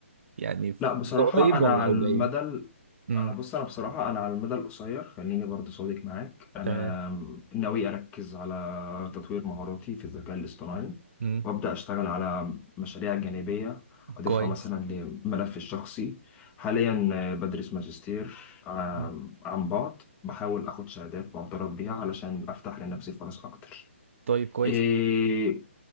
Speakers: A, on the right; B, on the left.
A: يعني في
B: لا بصراحة
A: ده قريب
B: أنا
A: ولا
B: على
A: او
B: المدى
A: بعيد
B: ال-
A: امم
B: أنا بص أنا بصراحة أنا على المدى القصير خليني برضو صادق معاك أنا
A: تمام
B: ناوي أركز على تطوير مهاراتي في الذكاء الاصطناعي
A: امم
B: وأبدأ أشتغل على مشاريع جانبية أضيفها
A: كويس
B: مثلا لملفي الشخصي حاليا بدرس ماجستير عن
A: مم.
B: عن بعد بحاول أخد شهادات معترف بيها علشان أفتح لنفسي فرص أكتر
A: طيب كويس
B: إيه